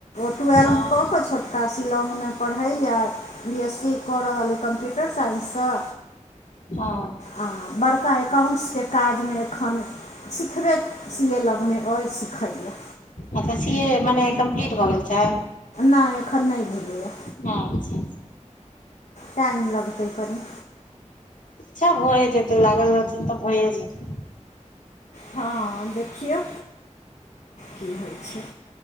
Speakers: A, on the left; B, on the left.
A: टूवेल्व
B: हँ
A: कऽ कऽ छोटका शिलौंग में पढ़ैया। बी एस सी कऽ रहल कम्प्यूटर साइन्ससँ।
B: हँ।
A: आ बड़का एकाउंट्स के काज में एखन। सिखबे सी ए लग में अइ सिखैयए।
B: अच्छा सी ए मने कम्प्लीट भऽ गेल छै।
A: नै एखन नै भेलैए।
B: अच्छा।
A: टाइम लगतै कनी।
B: अच्छा भए जेतै लागल रहतै तऽ भए जेतै।
A: हँ देखियौ की होइ छै।